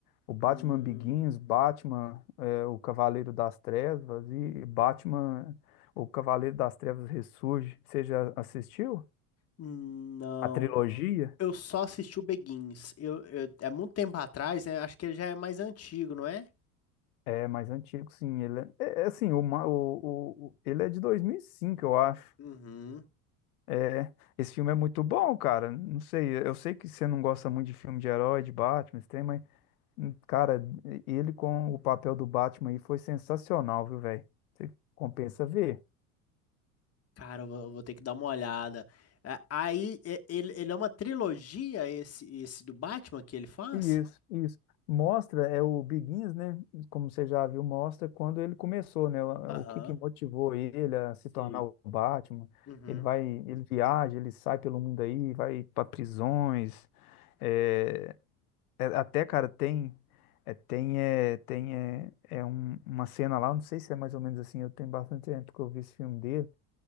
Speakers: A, on the left (about 80°); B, on the left (about 35°).
A: o Batman
B: Hum,
A: Begins, Batman, é, o Cavaleiro das Trevas e Batman, o Cavaleiro das Trevas Ressurge. Você já assistiu?
B: não.
A: A trilogia?
B: Eu só assisti o Begins. Eu, eu- é muito tempo atrás, né? Acho que ele já é mais antigo, não é?
A: É mais antigo, sim. Ele é, é é assim, o, ma- o, o, o- ele é de 2005, eu acho.
B: Uhum.
A: É, esse filme é muito bom, cara. Não sei, eu sei que você não gosta muito de filme de herói, de Batman, esse trem, mas, hum, cara, ele com o papel do Batman aí foi sensacional, viu, velho? Você compensa ver.
B: Cara, eu vou, eu vou ter que dar uma olhada. É, Aí, e- ele, ele é uma trilogia, esse, esse do Batman que ele faz?
A: Isso, isso. Mostra, é o Begins, né? Como você já viu, mostra quando ele começou, né? O,
B: Aham.
A: o que que motivou ele a se tornar
B: Sei.
A: o Batman.
B: Uhum.
A: Ele vai, ele viaja, ele sai pelo mundo aí, vai para prisões, é, É, até, cara, tem. É, tem é, tem é, é um- uma cena lá, eu não sei se é mais ou menos assim, eu tenho bastante tempo que eu vi esse filme dele.